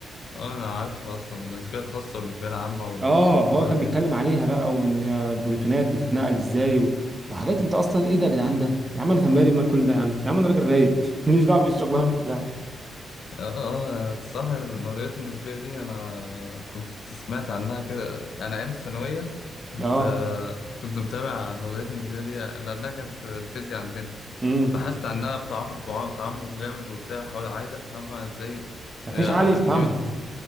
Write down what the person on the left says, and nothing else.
اه أنا عارفها أصلا النسبية الخاصة والنسبية العامة والحوارات
دي <laughs> اه اه صح النظرية النسبية دي أنا كنت سمعت عنها كده أنا أيام الثانوية كنت
آه، كنت متابع النظرية النسبية دي لأنها كانت في الفيزياء عندنا
بحثت عنها بتعمق بع- بتعمق جامد وبتاع حاول عايز أفهمها إزاي
آه،
نيوتن